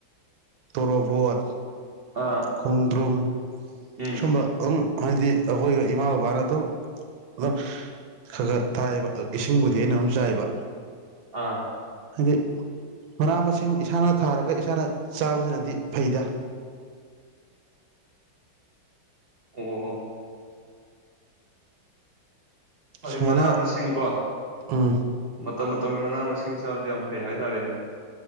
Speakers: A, on the right; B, on the right.
A: ꯇꯣꯔꯣꯕꯣꯠ
B: ꯑꯥ
A: ꯈꯣꯡꯗ꯭ꯔꯨꯝ
B: ꯎꯝ
A: ꯁꯨꯝꯕ ꯎꯝ ꯍꯥꯏꯗꯤ ꯑꯩꯈꯣꯏꯒ ꯏꯃꯥ ꯕꯕꯥꯅ ꯑꯗꯨꯝ ꯑꯗꯨꯝ ꯈꯔ ꯈꯔ ꯊꯥꯏꯕ ꯏꯁꯤꯡꯕꯨꯗꯤ ꯑꯩꯅ ꯑꯝ ꯆꯥꯏꯕ
B: ꯑꯥ
A: ꯍꯥꯏꯗꯤ ꯃꯅꯥ ꯃꯁꯤꯡ ꯏꯁꯥꯅ ꯊꯥꯔ ꯀ ꯏꯁꯥꯅ ꯆꯥꯕꯁꯤꯅꯗꯤ ꯐꯩꯗ
B: ꯑꯣ ꯍꯣꯏ
A: ꯁꯨꯃꯥꯏꯅ
B: ꯃꯅꯥ ꯃꯁꯤꯡ ꯀꯣ
A: ꯎꯝ
B: ꯃꯇꯝ ꯃꯇꯝꯒꯤ ꯃꯅꯥ ꯃꯁꯤꯡ ꯆꯥꯕꯁꯨ ꯌꯥꯝ ꯐꯩ ꯍꯥꯏꯇꯥꯔꯦꯅꯦ